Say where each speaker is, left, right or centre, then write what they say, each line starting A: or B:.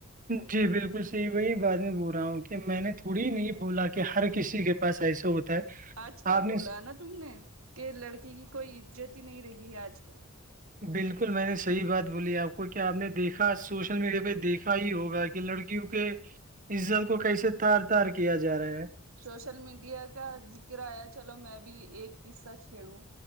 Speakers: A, on the right; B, on the right.
A: جی بالکل صحیح وہی بات میں بول رہا ہوں کہ میں نے تھوڑی نہیں بولا کہ ہر کسی کے پاس ایسا ہوتا ہے
B: آج کل
A: آپ نے
B: بولا
A: س-
B: نا تم نے کہ لڑکی کی کوئی عزت ہی نہیں رہی ہے آج کل
A: بالکل میں نے صحیح بات بولی آپ کو کیا آپ نے دیکھا سوشل میڈیا پہ دیکھا ہی ہوگا کہ لڑکیوں کے عزت کو کیسے تار تار کیا جا رہا ہے
B: سوشل میڈیا کا ذکر آیا چلو میں بھی ایک قصہ چھیڑوں